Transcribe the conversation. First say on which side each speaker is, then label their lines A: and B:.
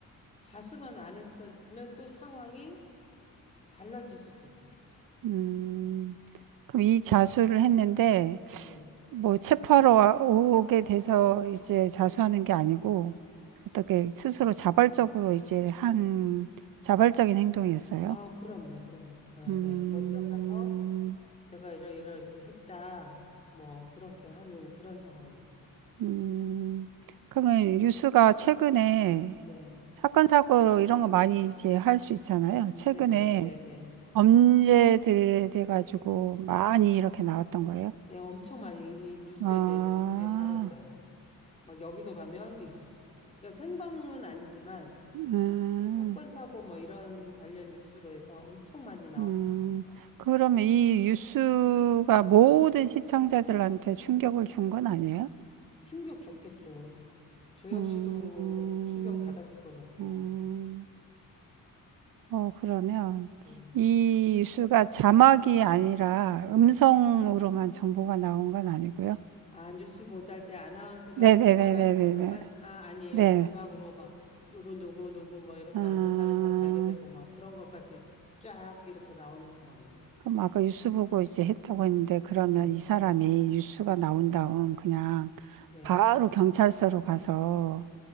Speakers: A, on the left; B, on the right.
A: 자수만 안 했으면 또 상황이 달라질 수도 있었겠죠.
B: 음, 그럼 이 자수를 했는데,
A: 네.
B: 뭐 체포하러 와- 오게 돼서 이제 자수하는 게 아니고, 어떻게 스스로 자발적으로 이제 한 자발적인 행동이었어요?
A: 아, 그럼요, 그럼요. 예,
B: 음,
A: 예. 먼저 가서 제가 이러 이렇게 했다. 뭐 그렇게 하는 그런 상황이었어요.
B: 음, 그러면 뉴스가 최근에
A: 네,
B: 사건, 사고 이런 거 많이 이제 할 수 있잖아요. 최근에
A: 네, 네, 네.
B: 범죄들에 대해 가지고 많이 이렇게 나왔던 거예요.
A: 네, 엄청 많이 이 뉴스에
B: 아,
A: 대해 뉴스에 다뤘어요. 막 여기도 가면 이 뉴스. 그러니까 생방은 아니지만
B: 음,
A: 그 사건 사고 뭐 이런 관련 뉴스로 해서 엄청 많이 나왔어요.
B: 음. 그러면 이 뉴스가 모든 시청자들한테 충격을 준 건 아니에요?
A: 충격 줬겠죠. 저 역시도
B: 음,
A: 충격 받았을 것 같아요.
B: 음. 어, 그러면
A: 네.
B: 이 뉴스가 자막이 아니라 음성으로만 정보가 나온 건 아니고요.
A: 아, 뉴스 보도할 때 아나운서가
B: 네네네네네네.
A: 이렇게 말하는 걸로만? 아, 아니에요.
B: 네.
A: 자막으로 막, 누구, 누구, 누구, 뭐, 이렇게
B: 아,
A: 어떤 상황에서 발견되고, 막, 그런 것까지 쫙 이렇게 나오는 상황이에요.
B: 그럼 아까 뉴스 보고 이제 했다고 했는데 그러면
A: 네,
B: 이 사람이 뉴스가 나온 다음 그냥
A: 네.
B: 바로 경찰서로 가서